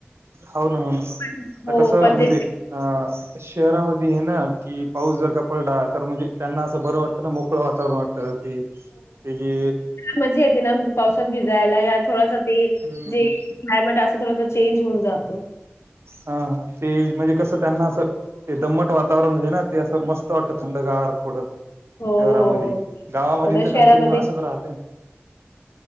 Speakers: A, on the right (about 75°); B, on the left (about 85°).
A: हो ना हो ना
B: पण
A: आता
B: हो
A: कसं
B: पण जे
A: म्हणजे अ शहरामध्ये हे ना कि पाऊस जर का पडला तर म्हणजे त्यांना असं बरं वाटतं ना मोकळं वातावरण वाटतं. ते जे
B: मज्या येते ना पावसात भिजायला या थोडासा ते
A: हम्म.
B: जे क्लायमेट अस त्यात थोडासा चेंज होऊन जातो.
A: हा हा ते म्हजे कसं त्यांना असं ते दम्मट वातावरण आहे ना ते असं मस्त वाटतं थंड डंगार थोडं
B: हो,
A: शहरामध्ये
B: हो.
A: गावामध्ये
B: आता
A: तर
B: शहरामध्ये
A: कंटिन्यू असच राहते.